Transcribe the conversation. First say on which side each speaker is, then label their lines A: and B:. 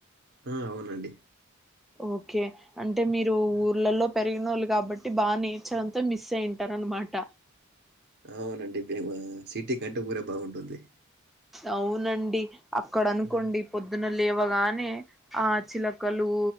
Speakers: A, on the right; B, in the centre.
A: ఆ అవునండి
B: ఓకే అంటే మీరు
A: ఆ
B: ఊర్లలో పె తినోల్లు కాబట్టి బా నేచర్ అంత మిస్ అయ్యుంటారన్నమాట
A: ఆవునండి బేవ ఆ సిటీ కంటే ఊరే బాగుంటుంది
B: అవునండి అక్కడ అనుకోండి
A: ఆ!
B: పొద్దున లేవగానే ఆ చిలక చిలుకలు